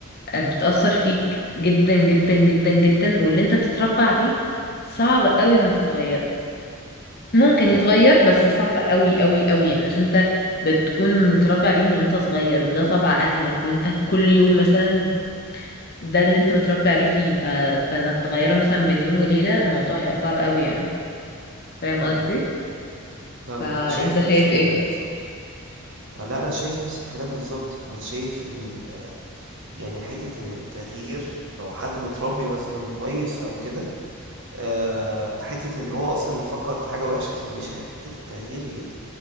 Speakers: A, on the left (about 45°); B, on the right (about 60°).
A: بتأثر فيك جدا جدا جدا جدا واللي انت بتتربى عليه صعب قوي انك تغيره ممكن
B: اه
A: يتغير بس صعب قوي قوي قوي يعني عشان انت بتكون متربي عليه من وانت صغير وده طبع اهلك وانت كل يوم مثلا ده اللي انت متربي عليه فيه ف... فانك تغيره مثلا بين يوم وليلة الموضوع هيبقى صعب قوي يعني فاهم
B: فاهمك
A: قصدي
B: فاهمك
A: فانت
B: انا شايف
A: شايف
B: نفس الكلام
A: ايه
B: بالظبط آه، لا انا شايف نفس الكلام بالظبط انا شايف ان ال... يعني حته ان التغيير لو حد متربي مثلا كويس او كده آه، حتة إن هو أصلا يفكر في حاجة وحشة تطنشه حتة التغيير يت-